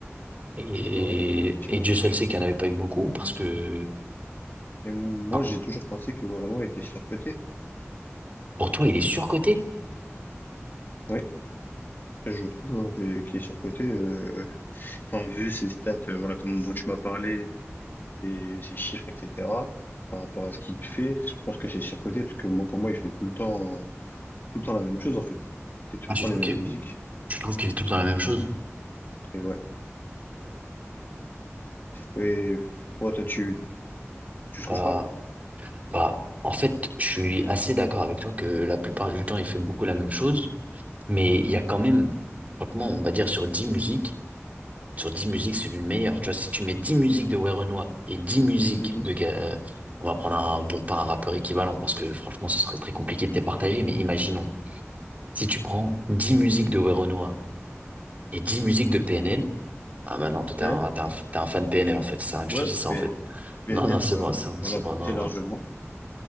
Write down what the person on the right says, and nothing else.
Et,
et Dieu seul sait qu'il n'y en avait pas eu beaucoup parce que,
enfin,
pour toi, il est surcoté.
Ah,
tu
trouves
que,
tu trouves qu'il fait tout le temps la même chose?
Bah,
bah, en fait, je suis assez d'accord avec toi que la plupart du temps, il fait beaucoup la même chose. Mais il y a quand même, franchement, on va dire sur dix musiques, Sur dix musiques, c'est lui le meilleur. Tu vois, si tu mets 10 musiques de Werenoi et 10 musiques
de... Ga- euh, on va prendre un, bon, pas un rappeur équivalent, parce que franchement, ce serait très compliqué de départager, mais imaginons, si tu prends 10 musiques de Werenoi et 10 musiques de PNL, ah bah non, toi, t'es
un, t'es un, t'es un fan PNL, en fait. C'est rien que
je te dis ça,
en fait.
Non, non, c'est
bon, c'est bon,
c'est
bon, non,
non.